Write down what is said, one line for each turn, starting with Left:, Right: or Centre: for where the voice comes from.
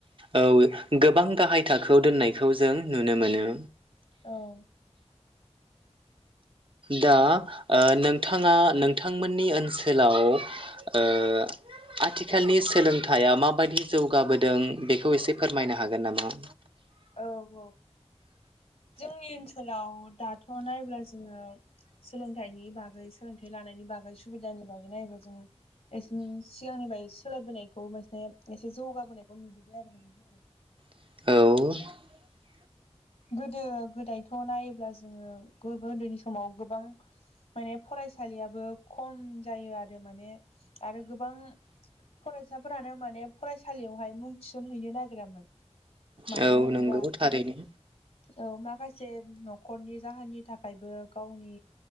Right: औ गोबां गाहाय थाखोआव दोननायखौ जों नुनो मोनो।
Left: औ
Right: दा ओ नोंथाङा नोंथांमोननि ओनसोलाव ओ आथिखालनि सोलोंथाइया माबायदि जौगाबोदों बेखौ एसे फोरमायनो हागोन नामा?
Left: औ औ जोंनि ओनसोलाव दाथ' नायब्ला जोंङो सोलोंथाइनि बागै सो सोलोंथाइ लानायनि बागै सुबिदानि बागै नायनो जोंङो एसिन सिगांनिफ्राय सोलायबोनायखौ बा एसे एसे जौगाबोनायखौ नुबोबाय आरो
Right: औ
Left: गोदो गोदायथ' नायोब्ला जोंङो गो-गोदो समाव गोबां माने फरायसालियाबो खम जायो आरो माने आरो गोबां फरायसाफोरानो माने फरायसालियावहाय मुं थिसनहैनो नागिरामोन। मानो
Right: औ
Left: होनोब्ला
Right: नंगौ थारैनो
Left: औ माखासे से न'खरनि जाहोननि थाखायबो गावनि